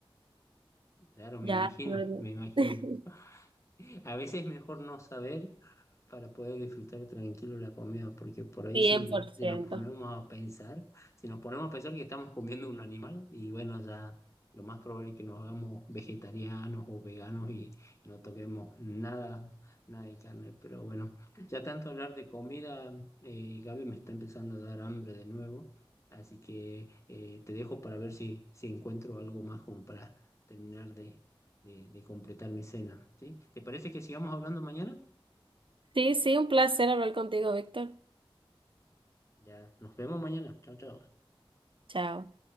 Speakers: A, on the left (about 30°); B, on the right (about 65°).
A: Claro, me
B: Ya,
A: imagino,
B: luego.
A: me imagino.
B: <laughs>
A: <laughs> A veces es mejor no saber para poder disfrutar tranquilo la comida, porque por ahí
B: cien
A: si,
B: por ciento.
A: si nos ponemos a pensar, si nos ponemos a pensar que estamos comiendo un animal, y bueno, ya lo más probable es que nos hagamos vegetarianos o veganos y no toquemos nada, nada de carne. Pero bueno, ya tanto hablar de comida, eh, Gaby me está empezando a dar hambre de nuevo, así que eh, te dejo para ver si, si encuentro algo más como para terminar de, de de completar mi cena, ¿sí? ¿Te parece que sigamos hablando mañana?
B: Sí, sí, un placer hablar contigo, Víctor.
A: Ya, nos vemos mañana. Chao, chao.
B: Chao.